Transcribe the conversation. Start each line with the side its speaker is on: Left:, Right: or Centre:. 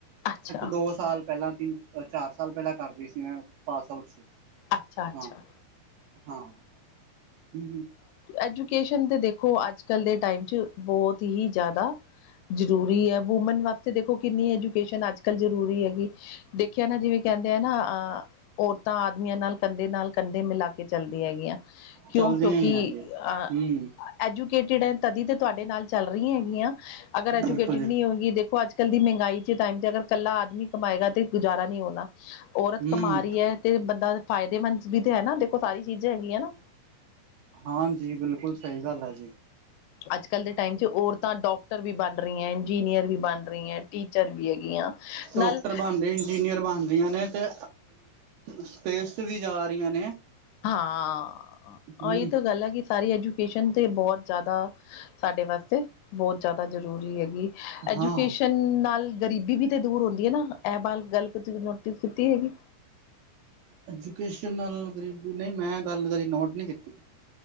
Left: ਅੱਛਾ
Right: ਦੋ ਸਾਲ ਪਹਿਲਾਂ ਤਿੰਨ ਚਾਰ ਸਾਲ ਪਹਿਲਾਂ ਕਰ ਲਈ ਸੀ ਮੈਂ ਪਾਸ ਆਊਟ ਸੀ।
Left: ਅੱਛਾ, ਅੱਛਾ
Right: ਹਾਂ ਹਾਂ। ਹੂ।
Left: ਐਜੂਕੇਸ਼ਨ ਤਾਂ ਦੇਖੋ ਅੱਜ ਕੱਲ੍ਹ ਦੇ ਟਾਈਮ'ਚ ਬਹੁਤ ਹੀ ਜ਼ਿਆਦਾ ਜ਼ਰੂਰੀ ਹੈ ਵੂਮਨ ਵਾ ਤੇ ਦੇਖੋ ਕਿੰਨੀ ਐਜੂਕੇਸ਼ਨ ਅੱਜ ਕੱਲ੍ਹ ਜ਼ਰੂਰੀ ਹੈਗੀ ਦੇਖਿਆ ਨਾ ਜਿਵੇਂ ਕਹਿੰਦੇ ਆ ਨਾ ਅਹ ਔਰਤਾਂ ਆਦਮੀਆਂ ਨਾਲ ਕੰਧੇ ਨਾਲ ਕੰਧੇ ਮਿਲਾ ਕੇ ਚੱਲਦੀ ਹੈਗੀਆਂ ਕਿਉਂ
Right: ਚੱਲਦੀਆਂ
Left: ਕਿਉਂਕਿ
Right: ਹੀ ਹੈ ਜੀ
Left: ਅ
Right: ਹੂੰ
Left: ਐਜੂਕੇਟਿਡ ਹੈ ਤਦੀ ਤਾਂ ਤੁਹਾਡੇ ਨਾਲ ਚੱਲ ਰਹੀਆਂ ਹੈਗੀਆਂ ਅਗਰ ਐਜੂਕੇਟਿਡ
Right: ਬਿਲਕੁਲ ਜੀ
Left: ਨਹੀਂ ਹੋਏਗੀ ਦੇਖੋ ਅੱਜ ਅਜ ਕੱਲ ਦੀ ਮਹਿੰਗਾਈ ਚ ਟਾਈਮ, ਤੇ ਅਗਰ ਕੱਲਾ ਆਦਮੀ ਕਮਾਏਗਾ ਤੇ ਗੁਜ਼ਾਰਾ ਨਹੀਂ ਹੋਣਾ ਔਰਤ
Right: ਹੂੰ
Left: ਕਮਾ ਰਹੀ ਹੈ ਤੇ ਬੰਦਾ ਫਾਇਦੇਮੰਦ ਵਿੱਚ ਤੇ ਹੈ ਨਾ ਦੇਖੋ ਸਾਰੀ ਚੀਜ਼ਾਂ ਹੈਗੀਆਂ ਨਾ
Right: ਹਾਂ ਜੀ ਬਿਲਕੁਲ ਸਹੀ ਗੱਲ ਹੈ ਜੀ।
Left: ਅੱਜ ਕੱਲ੍ਹ ਦੇ ਟਾਈਮ 'ਚ ਔਰਤਾਂ ਡਾਕਟਰ ਵੀ ਬਣ ਰਹੀਆਂ ਇੰਜੀਨੀਅਰ ਵੀ ਬਣ ਰਹੀਆ ਹੈ ਟੀ -ਚਰ ਵੀ ਹੈਗੀਆਂ
Right: ਡਾਕਟਰ
Left: ਨਾਲੇ
Right: ਬਣ ਰਹੇ ਇੰਜੀਨੀਅਰ ਬਣਦੀਆਂ ਨੇ ਅਤੇ ਸਪੇਸ 'ਤੇ ਵੀ ਜਾ ਰਹੀਆਂ ਨੇ
Left: ਹਾਂ
Right: ਹੂੰ
Left: ਇਹ ਤਾਂ ਗੱਲ ਹੈ ਕਿ ਸਾਰੀ ਐਜੂਕੇਸ਼ਨ ਤੇ ਬਹੁਤ ਜ਼ਿਆਦਾ ਸਾਡੇ ਵਾਸਤੇ ਬਹੁਤ ਜ਼ਿਆਦਾ ਜ਼ਰੂਰੀ ਹੈਗੀ। ਐਜੂਕੇਸ਼ਨ
Right: ਹਾਂ
Left: ਨਾਲ ਗਰੀਬੀ ਵੀ ਦੂਰ ਹੁੰਦੀ ਹੈ ਨਾ ਇਹ ਬ ਗੱਲ ਨੋਟਿਸ ਕੀਤੀ ਹੈਗੀ।
Right: ਐਜੂਕੇਸ਼ਨ ਨਾਲ ਗ ਨਹੀਂ ਮੈਂ ਗੱਲ ਕਦੀ ਨੋਟ ਨਹੀਂ ਕੀਤੀ।